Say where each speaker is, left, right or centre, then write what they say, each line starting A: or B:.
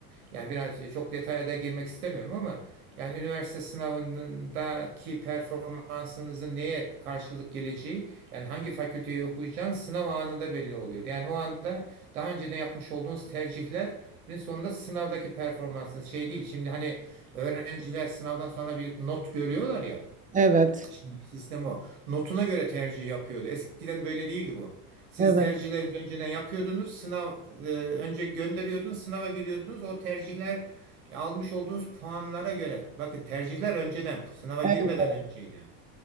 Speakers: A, on the right; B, on the right.
A: Yani biraz çok detaya da girmek istemiyorum ama yani üniversite sınavındaki performansınızın neye karşılık geleceği yani hangi fakülteyi okuyacağınız sınav anında belli oluyordu. Yani o anda daha önceden yapmış olduğunuz tercihlerin sonunda sınavdaki performansınız şey değil. Şimdi hani öğrenciler sınavdan sonra bir not görüyorlar ya.
B: Evet.
A: Şimdiki sistem o. Notuna göre tercih yapıyordu. Eskiden böyle değildi bu. Siz
B: Evet.
A: tercihlerinizi önceden yapıyordunuz. Sınav e, önce gönderiyordunuz, sınava giriyordunuz. O tercihler e, almış olduğunuz puanlara göre. Bakın tercihler önceden, sınava
B: Evet.
A: girmeden önceydi.